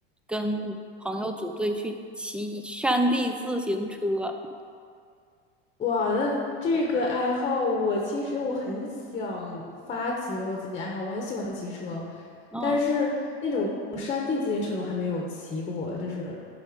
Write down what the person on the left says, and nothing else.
哇，那这个爱好，我其实我很想发掘我自己爱好，我很喜欢骑车，
但是那种山地自行车我还没有骑过，就是